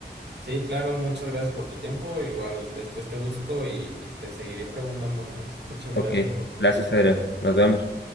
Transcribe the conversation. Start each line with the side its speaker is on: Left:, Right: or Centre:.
Right: Sí, claro, muchas gracias por tu tiempo. Igual después te busco y te seguiré preguntando más. Muchas gracias
Left: Ok,
Right: por tu
Left: gracias,
Right: tiempo.
Left: Adrián. Nos vemos.